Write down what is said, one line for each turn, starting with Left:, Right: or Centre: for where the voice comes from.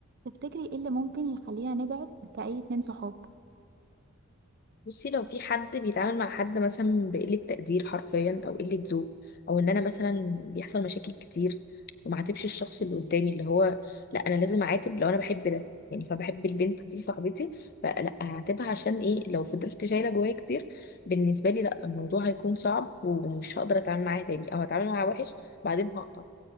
Right: تفتكري ايه اللي ممكن يخلينا نبعد كأي اتنين صحاب
Left: بصي لو في حد بيتعامل مع حد مثلا بقلة تقدير حرفيا او قلة ذوق او ان انا مثلا بيحصل مشاكل كتير وما عاتبش الشخص اللي قدامي اللي هو لا انا لازم اعاتب لو انا بحب ده يعني فبحب البنت دي صاحبتي فلا هعاتبها عشان ايه لو فضلت شايله جوايا كتير بالنسبه لي لا الموضوع هيكون صعب ومش هقدر اتعامل معاها تاني او هتعامل معاها وحش بعدين هقطع